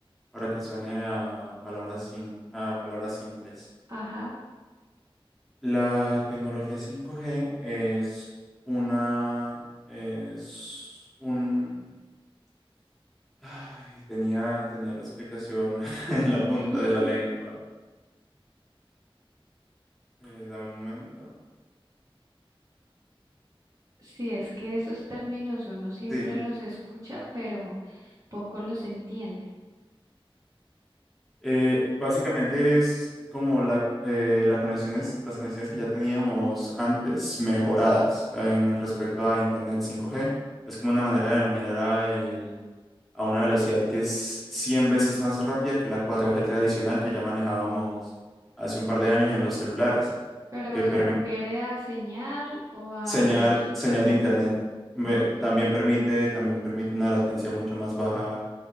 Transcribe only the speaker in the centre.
para que suene a palabras, sin, a palabras simples.
La tecnología cinco g es una, es un, ay, tenía, tenía la explicación <laughs> en la punta
de la lengua. Eh, dame un momento.
Sí,
Eh, básicamente es como la, eh, la conexiones, las conexiones que ya teníamos antes mejoradas eh, en respecto a Internet 5G. Es como una manera de denominar a, el- a una velocidad que es 100 veces más rápida que la 4G tradicional que ya manejábamos hace un par de años en los celulares,
que
permi-
señal,
señal
de Internet. Me-
También permite, también permite una latencia mucho más baja